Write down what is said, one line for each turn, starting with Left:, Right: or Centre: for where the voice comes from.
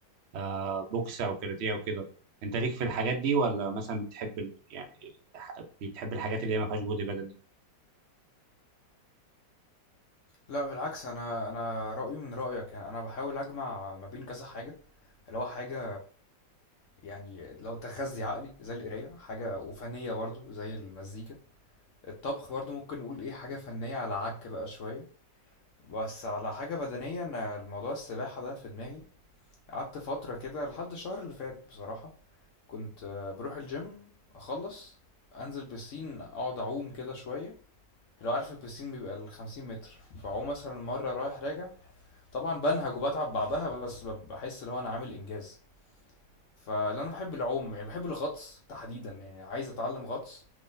Right: آه، بوكس او كاراتيه او كده انت ليك في الحاجات دي ولا مثلا بتحب ال... يعني ح- بتحب الحاجات اللي هي ما فيهاش جهد بدني
Left: لا بالعكس انا انا رايي من رايك يعني انا بحاول اجمع ما بين كذا حاجه اللي هو حاجه يعني لو تخزي عقلي زي القرايه حاجه وفنيه برضو زي المزيكا الطبخ برضو ممكن نقول ايه حاجه فنيه على عك بقى شويه بس على حاجه بدنيه انا الموضوع السباحه ده في دماغي قعدت فتره كده لحد الشهر اللي فات بصراحه كنت آه، بروح الجيم اخلص انزل بسين اقعد اعوم كده شويه لو عارف البسين بيبقى الخمسين متر فاعوم مثلا مرة رايح راجع طبعًا بانهج وباتعب بعدها بس ب باحس اللي هو أنا عامل إنجاز، فلأن أنا باحب العوم يعني باحب الغطس تحديدًا، يعني عايز أتعلم غطس،